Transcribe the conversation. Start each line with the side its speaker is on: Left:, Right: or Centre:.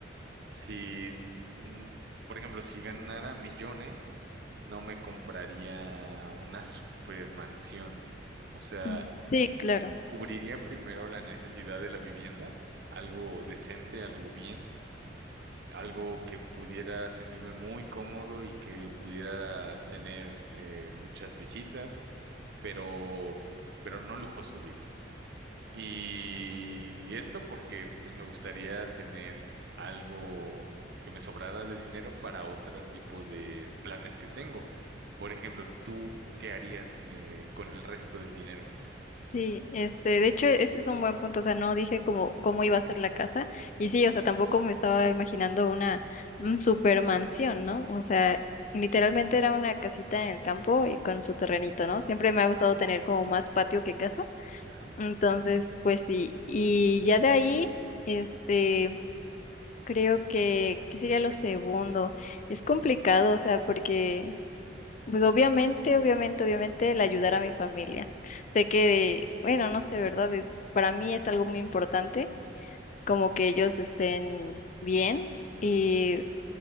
Right: Si, mm, por ejemplo, si ganara millones, no me compraría una supermansión. O sea,
Left: Ujú. Sí, claro.
Right: cubriría primero la necesidad de la vivienda, algo decente, algo bien, algo que pudiera sentirme muy cómodo y que pudiera tener eh, muchas visitas, pero, pero no lujoso, digo. Y esto porque pues me gustaría tener algo que me sobrara de dinero para otros tipos de planes que tengo. Por ejemplo, ¿tú qué harías eh, con el resto del dinero?
Left: Sí, este, de hecho, ese es un buen punto, o sea, no dije cómo, cómo iba a ser la casa, y sí, o sea, tampoco me estaba imaginando una mm, super mansión ¿no? O sea, literalmente era una casita en el campo y con su terrenito, ¿no? Siempre me ha gustado tener como más patio que casa,
Right: Ajá,
Left: entonces, pues sí, y ya de ahí, este, creo que, ¿qué sería lo segundo? Es complicado, o sea, porque pues obviamente, obviamente, obviamente el ayudar a mi familia. Sé que, bueno, no sé, ¿verdad? Es- para mí es algo muy importante, como que ellos estén bien y